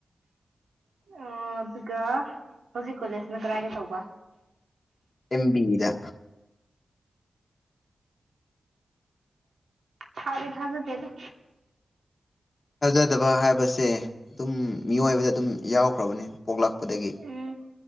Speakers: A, on the right; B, on the left.
A: ꯑ <unintelligible> ꯑꯣ ꯑꯗꯨꯒ ꯍꯧꯖꯤꯛ ꯀꯣꯂꯦꯖꯅ ꯀꯗꯥꯥꯏꯗ ꯇꯧꯕ
B: ꯑꯦꯝꯕꯤꯗꯥ
A: ꯊꯥꯗꯤ ꯊꯥꯖꯗꯦꯗ
B: ꯊꯥꯖꯗꯕ ꯍꯥꯏꯕꯁꯦ ꯑꯗꯨꯝ ꯃꯤꯑꯣꯏꯕꯗ ꯑꯗꯨꯝ ꯌꯥꯎꯈ꯭ꯔꯕꯅꯦ ꯄꯣꯛꯂꯛꯄꯗꯒꯤ
A: ꯎꯝ